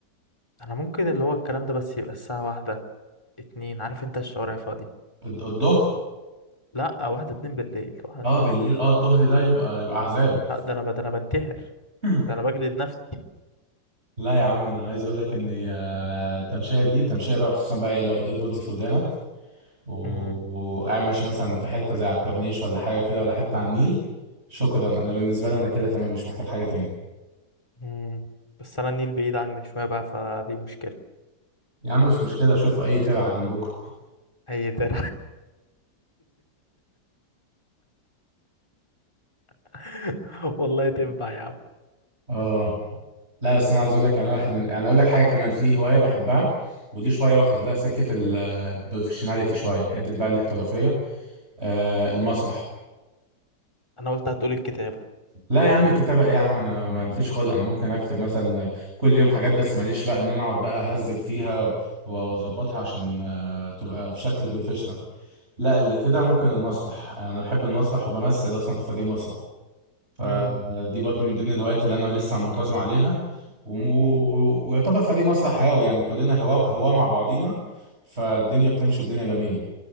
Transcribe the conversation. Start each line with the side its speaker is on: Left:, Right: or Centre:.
Left: انا ممكن اللي هو الكلام ده بس يبقى الساعه واحدة اتنين عارف انت الشوارع فاضي
Right: الد- الظهر
Left: لا واحدة اتنين بالليل واحدة
Right: اه
Left: اتنين
Right: بالليل
Left: الظهر
Right: اه الظهر ده يبقى يبقى عذاب
Left: لا ده انا ب- ده انا بنتحر
Right: <clears throat>
Left: ده انا
Right: <laughs>
Left: بجلد نفسي
Right: لا يا عم انا عايز اقول لك ان آه، التمشيه دي تمشيه بقى خصوصا بقى إيه، لو الايربودز في ودانك و-
Left: مم.
Right: وقاعد ماشي مثلا في حتة زي على الكورنيش ولا حاجة كده ولا حتة على النيل شكرا أنا بالنسبة لي أنا كده تمام مش محتاج حاجة تاني
Left: مم. بس انا النيل بعيد عني شويه بقى فدي مشكله
Right: يا عم مش مشكلة أشوف أي ترعة جنبكم
Left: هي ده <laughs> والله تنفع يا عم
Right: آه لا بس أنا عايز أقول لك يعني واحد من يعني أقول لك حاجة كمان في هواية بحبها ودي شوية واخد لها سكة البروفيشناليتي شوية حتة بقى الاحترافية آه المسرح
Left: انا قلت هتقول الكتابه
Right: لا يا
Left: يعني
Right: عم الكتابة ايه يا عم انا ما فيش خلق انا ممكن اكتب مثلا كل يوم حاجات بس ماليش بقى ان انا اقعد بقى اهذب فيها و- واظبطها عشان آه، تبقى في شكل بروفيشنال لا اللي كده ممكن المسرح انا بحب المسرح وبمثل اصلا في فريق مسرح فدي
Left: امم
Right: برضو من ضمن الهوايات اللي انا لسه منتظم عليها وم- ويعتبر فريق مسرح هاوي يعني كلنا هوا هوا مع بعضينا فالدنيا بتمشي والدنيا جميلة